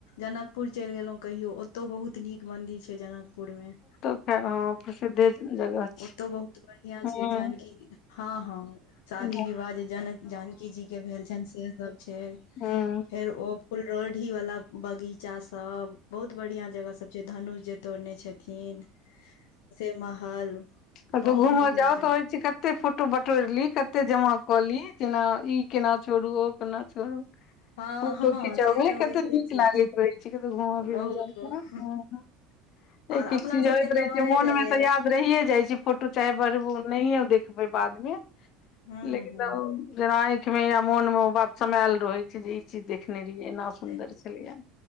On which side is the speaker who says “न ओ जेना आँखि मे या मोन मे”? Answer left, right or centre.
Left